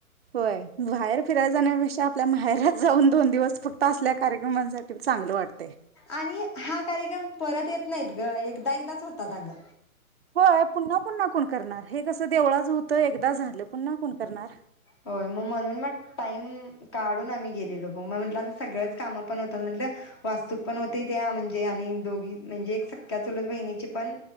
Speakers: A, on the right; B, on the left.
A: होय बाहेर फेरायाला जाण्यापेक्षा आपल्या माहेरात जाऊन दोन दिवस फक्त असल्या कार्यक्रमांसाठी चांगलं वाटतंय.
B: आणि हा कार्यक्रम परत येत नाहीत ग एकदा एकदाच होतात अगं
A: होय पुन्हा पुन्हा कोण करणार हे कसं देवळाच होतं एकदा झालं पुन्हा कोण करणार
B: होय म म्हणून मग टाईम काडून आम्ही गेलेलो मग म्हटलं आता सगळच कामं पण होतात म्हटलं वास्तूक पण होतो त्या म्हणजे आणि दोघी म्हणजे एक सख्या चुलत बहीणीची पण